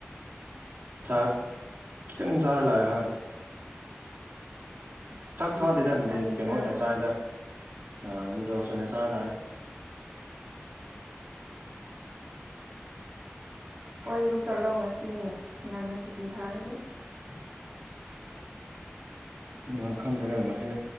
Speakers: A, on the right; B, on the right.
A: ꯆꯥꯛ ꯈꯤꯇꯪ ꯆ ꯂꯥꯛꯑꯦ ꯍꯣꯏ
B: ꯏꯁ
A: ꯆꯥꯛ
B: ꯀꯔꯤꯒꯤ
A: ꯆꯗꯦꯗ
B: ꯈꯤꯇꯪ
A: ꯃꯤ ꯀꯩꯅꯣ
B: ꯆꯥꯕ
A: ꯑꯣꯏꯅ ꯆꯥꯏꯗ ꯑ ꯅꯨꯗꯜꯁ ꯑꯣꯏꯅ ꯑꯣꯏꯅ ꯆꯅ
B: ꯍꯣꯏꯕ ꯆꯠꯂꯣ ꯉꯁꯤ ꯉꯟꯅ ꯁꯨꯇꯤ ꯊꯥꯔꯒꯗꯤ
A: <inaudible> ꯉꯥꯡ ꯈꯪꯗꯅ ꯉꯁꯤ